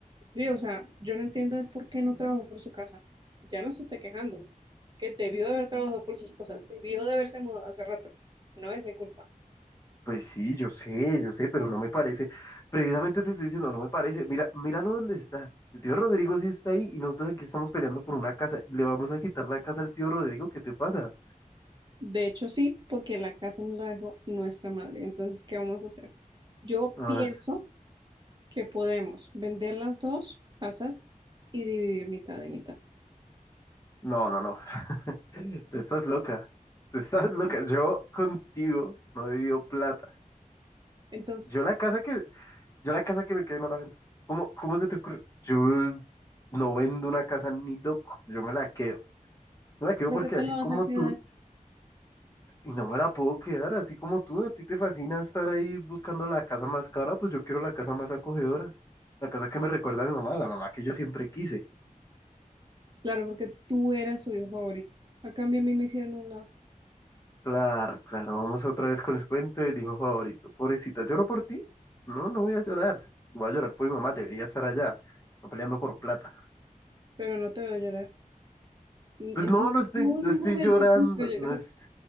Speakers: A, on the right; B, on the left.
A: Sí, o sea, yo no entiendo el por qué no trabajó por su casa. Ya no se está quejando. Que debió de haber trabajado por sus cosas, debió de haberse mudado hace rato. No es mi culpa.
B: Pues sí, yo sé, yo sé, pero no me parece. Precisamente te estoy diciendo, no me parece. Mira, míralo dónde está. El tío Rodrigo sí está ahí y nosotros aquí estamos peleando por una casa. Le vamos a quitar la casa al tío Rodrigo, ¿qué te pasa?
A: De hecho, sí, porque la casa nos la dejó nuestra madre. Entonces, ¿qué vamos a hacer? Yo
B: Ah,
A: pienso que podemos vender las dos casas y dividir mitad y mitad.
B: no, no, no. Tú estás loca. Tú estás
A: ¿Por
B: loca.
A: qué?
B: Yo contigo no he vivido plata.
A: Entonces,
B: Yo la casa que, yo la casa que me quedé no la vendo. ¿Cómo, cómo se te ocurre? Yo no vendo una casa ni loco. Yo me la quedo. Me la quedo
A: ¿para
B: porque
A: qué te
B: así
A: la vas
B: como
A: a quedar?
B: tú, y no me la puedo quedar, así como tú, a ti te fascina estar ahí buscando la casa más cara, pues yo quiero la casa más acogedora. La casa que me recuerda a mi mamá, la mamá que yo siempre quise.
A: Claro, porque tú eras su hijo favorito. A cambio, a mí me hicieron a un lado,
B: Claro, claro, vamos otra vez con el cuento del hijo favorito. Pobrecita, ¿lloro por ti? No, no voy a llorar. Voy a llorar por mi mamá, debería estar allá, no peleando por plata.
A: pero no te veo llorar. En
B: Pues
A: en
B: no, no estoy,
A: ningún
B: no estoy
A: momento
B: llorando,
A: te estoy llorando.
B: no es,